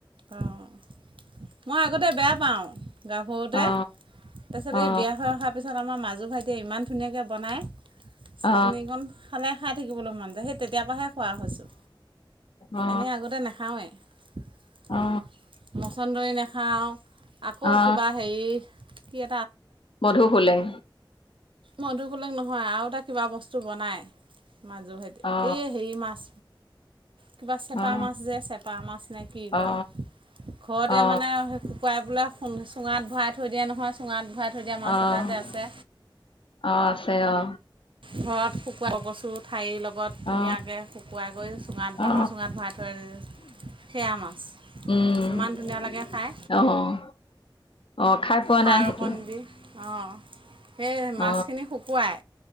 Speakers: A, on the right (about 70°); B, on the left (about 80°).
A: অ', মই আগতে বেয়া পাওঁ গাভৰুতে,
B: অ
A: তাৰছত
B: অ
A: এই বিয়া হৈ অহাৰ পিছত আমাৰ মাজু ভাইটিয়ে ইমান ধুনীয়াকৈ বনায় চাটনিকণ
B: অ অ
A: খালে খাই থাকিবলৈ মন যায়, সেই তেতিয়াৰ পৰাহে খোৱা হৈছোঁ।
B: অ অ
A: এনেই আগতে নেখাওঁৱেই।
B: অ
A: মছন্দৰী নেখাওঁ আকৌ
B: অ
A: কিবা হেৰি
B: মধুসোলেং
A: মধুসোলেং নহয় আৰু এটা কিবা বস্তু বনাই মাজো ভাইটি।
B: অ
A: এই হেৰি মাছ কিবা চেপা
B: অ
A: মাছ যে, চেপা মাছ নে কি কয়।
B: অ
A: ঘৰতে
B: অ অ
A: মানে সেই শুকুৱাই পেলাই সো চুঙাত ভৰাই থৈ দিয়ে নহয়, চুঙাত ভৰাই থৈ দিয়া মাছ
B: অ',
A: এটা যে আছে
B: অ' আছে অ'।
A: ঘৰত শুকুৱা কচুৰ ঠাৰিৰ লগত লগত ধুনীয়াকে
B: অ
A: শুকুৱাই কৰি চুঙাত বাঁহৰ
B: অ
A: চুঙাত ভৰাই থৈ, সেইয়া মাছ
B: উম,
A: ইমান ধুনীয়া
B: অ',
A: লাগে খাই
B: অ' খাই পোৱা
A: খাৰ
B: নাই সেইটো
A: অকন দি, অ'। সেই
B: অ
A: মাছখিনি শুকুৱাই